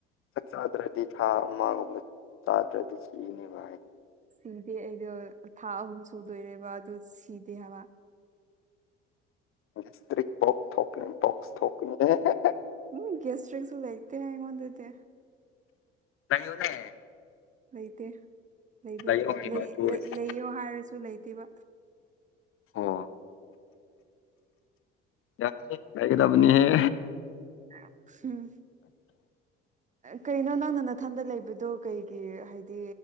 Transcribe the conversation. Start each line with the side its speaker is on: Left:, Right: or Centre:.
Left: ꯆꯥꯛ ꯆꯥꯗ꯭ꯔꯗꯤ ꯊꯥ ꯑꯃꯒꯨꯝꯕ ꯆꯥꯗ꯭ꯔꯗꯤ ꯁꯤꯅꯦꯕ ꯍꯥꯏ
Right: ꯁꯤꯗꯦ ꯑꯩꯗꯣ ꯊꯥ ꯑꯍꯨꯝ ꯁꯨꯗꯣꯏꯔꯦꯕ ꯑꯗꯨ ꯁꯤꯗꯦ ꯍꯥꯏꯕ
Left: ꯃꯤꯁꯇ꯭ꯔꯤꯛ <unintelligible>
Right: ꯎꯝ ꯒꯦꯁꯇ꯭ꯔꯤꯛꯁꯨ ꯂꯩꯇꯦ ꯑꯩꯉꯣꯟꯗꯗꯤ
Left: ꯂꯩꯌꯨꯅꯦ
Right: ꯂꯩꯇꯦ ꯂꯩꯕꯩ
Left: ꯂꯩꯌꯣ ꯍꯥꯏꯕ
Right: ꯂꯩ
Left: ꯑꯗꯨ
Right: ꯂꯩ
Left: ꯑꯣꯏꯔꯗꯤ
Right: ꯂꯩꯌꯣ ꯍꯥꯏꯔꯁꯨ ꯂꯩꯇꯦꯕ
Left: ꯑꯣ ꯒꯌꯥꯏꯇ꯭ꯔꯤꯛ ꯂꯩꯒꯗꯕꯅꯦ ꯑꯍꯦ
Right: <unintelligible> ꯍꯝ
Left: <inaudible>
Right: ꯀꯩꯅꯣ ꯅꯪꯅ ꯅꯥꯊꯟꯗ ꯂꯩꯕꯗꯣ ꯀꯩꯒꯤ ꯍꯥꯏꯗꯤ